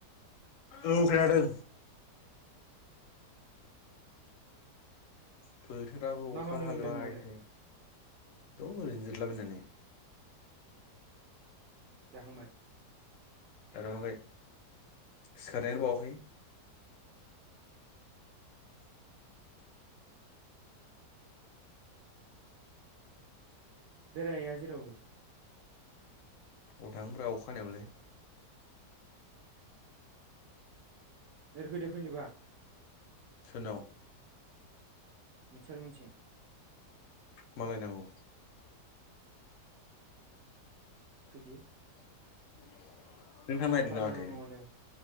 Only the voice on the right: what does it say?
मा
खालामदों
नोंलाय न'आवलाय
जाखांबाय।
बेरायहैया जेरावबो।
ओरै फैदो फैनोबा।
मिथिसार मोनथिं।
फैदो।
माथो खालामबाय दं न'आवलाय